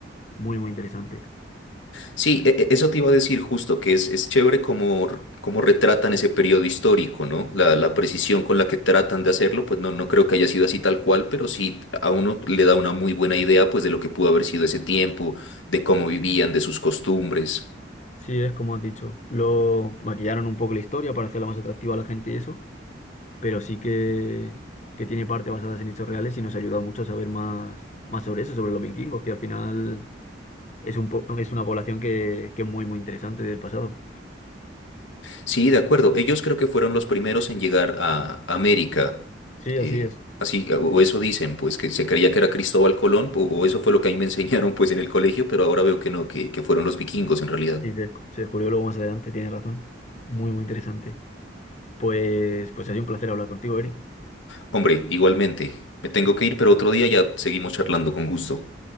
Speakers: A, on the left (about 40°); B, on the left (about 85°).
A: Muy, muy interesante.
B: Sí, e- e- eso te iba a decir justo, que es, es chévere cómo, r- cómo retratan ese periodo histórico, ¿no? La, la precisión con la que tratan de hacerlo, pues no, no creo que haya sido así tal cual, pero sí a uno le da una muy buena idea, pues, de lo que pudo haber sido ese tiempo, de cómo vivían, de sus costumbres.
A: Sí, es como has dicho. Lo maquillaron un poco la historia para hacerla más atractiva a la gente y eso, pero sí que, que tiene parte basadas en hechos reales y nos ayuda mucho a saber más, más sobre eso, sobre los vikingos, que al final es un po- es una población que, que es muy, muy interesante del pasado.
B: Sí, de acuerdo. Ellos creo que fueron los primeros en llegar a América.
A: Sí, así
B: eh,
A: es.
B: así, o eso dicen, pues, que se creía que era Cristóbal Colón, o, o eso fue lo que a mí me enseñaron, pues, en el colegio, pero ahora veo que no, que, que fueron los vikingos en realidad.
A: Sí, se, se descubrió luego más adelante, tienes razón. Muy, muy interesante. Pues, pues ha sido un placer hablar contigo, Eric.
B: Hombre, igualmente. Me tengo que ir, pero otro día ya seguimos charlando con gusto.